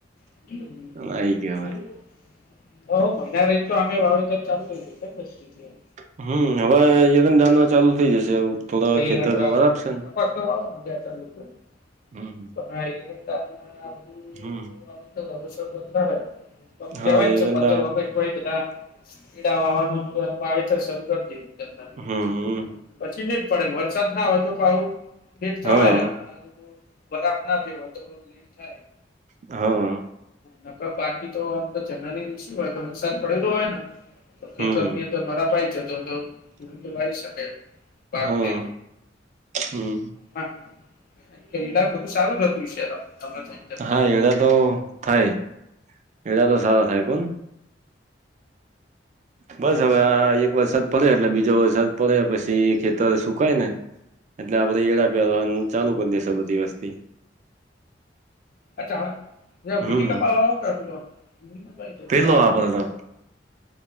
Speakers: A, on the left (about 55°); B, on the right (about 40°).
A: <unintelligible>
B: આવી ગયો
A: હ મહિના રહી તો આમાંય વાવેતર ચાલુ કરીદે એ કેમ
B: હમ હવે <unintelligible> ચાલુ થઈ જશે. થોડા
A: <unintelligible>
B: ખેતર વરાપશે ને
A: હા એરંડા
B: હમ
A: ન
B: હમ
A: સારુ કેવાય વરસાદ પણ પડે પણ
B: હા
A: કહે
B: એરંડા
A: છે કે પંદર ઓગસ્ટ તો બધા પીડાવાવાનું વાવેતર શરૂ કરી દીયો
B: હમ
A: <unintelligible> પછી લેટ પડે વરસાદ ના હોય તો આવું લેટ થવા
B: હા
A: ઘણા લોકો ગરમના થયો હોય તો લીક થાય.
B: હ
A: નકર બાકી તો આમ તો જનરલી શું હોય તો વરસાદ પડેલો હોય ને તો ખેતરત
B: હમ
A: ની અંદર <unintelligible> તો ખેડૂતો વાઈ શકે પાકને
B: હા હમ
A: હા એઈડા ન બધુ સારુ <unintelligible>
B: હા એડાતો થાય એડાતો સારા થાય કેમ બસ હવે આ એક વરસાદ પડ્યો એટલે બીજો વરસાદ પડ્યો પછી ખેતર સુકાય ને એટલે આપડે એઈડા પાવાનું ચાલુ કરી દેશે બધી વસ્તી
A: એ ચાલો તમે
B: હમ
A: બીટી કપા વાવો કે <unintelligible>
B: કેટલો વાપરતા